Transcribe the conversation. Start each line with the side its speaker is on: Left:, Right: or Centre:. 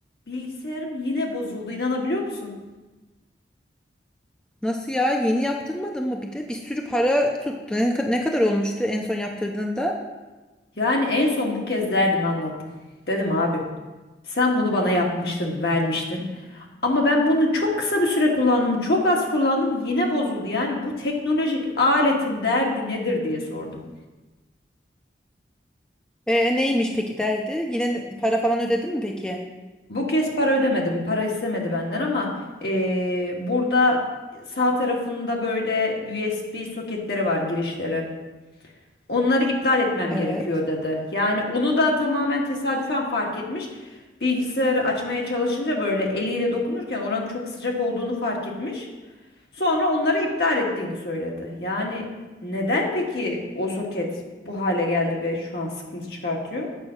Left: Bilgisayarım yine bozuldu inanabiliyor musun?
Centre: Nasıl ya? Yeni yaptırmadın mı bir de? Bir sürü para tuttu. Ne, kad- ne kadar olmuştu en son yaptırdığında?
Left: Yani en son bu kez derdimi anlattım. Dedim abi sen bunu bana yapmıştın, vermiştin. Ama ben bunu çok kısa bir süre kullandım, çok az kullandım yine bozuldu. Yani bu teknolojik aletin derdi nedir diye sordum.
Centre: E, neymiş peki derdi? Yine ne- para falan ödedin mi peki?
Left: Bu kez para ödemedim, para istemedi benden ama eee, burada sağ tarafında böyle USB soketleri var girişleri. Onları iptal etmem
Centre: Evet.
Left: gerekiyor dedi. Yani onu da tamamen tesadüfen fark etmiş. Bilgisayarı açmaya çalışınca böyle eliyle dokunurken oranın çok sıcak olduğunu fark etmiş. Sonra onları iptal ettiğini söyledi. Yani neden peki o soket bu hale geldi ve şu an sıkıntı çıkartıyor?